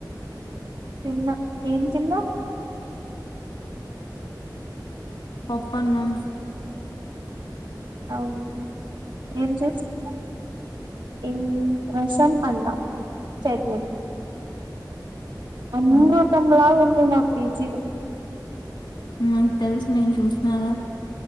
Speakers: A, on the right (about 80°); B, on the left (about 90°).
A: తిన్న, ఏం తిన్నవ్?
B: పప్ అన్నం.
A: అవునా ఏం చేస్తున్నవ్ ఏం రసం అన్నం చట్ని అమృతంల
B: ఓ
A: ఉంది మా పిజి లో
B: ఉ నాకు తెలుసు నేన్ చూసినగ